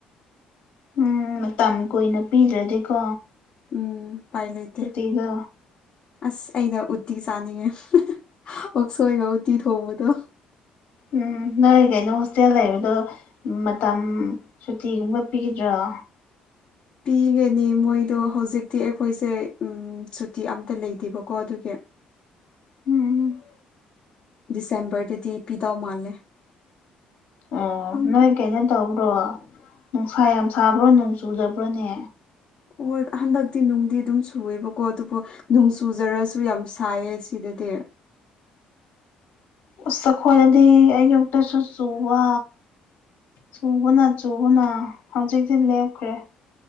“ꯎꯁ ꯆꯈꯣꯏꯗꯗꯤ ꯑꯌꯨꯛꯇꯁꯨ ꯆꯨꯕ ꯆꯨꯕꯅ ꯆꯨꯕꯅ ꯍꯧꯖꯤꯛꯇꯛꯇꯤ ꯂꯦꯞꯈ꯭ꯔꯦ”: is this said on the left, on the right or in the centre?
Left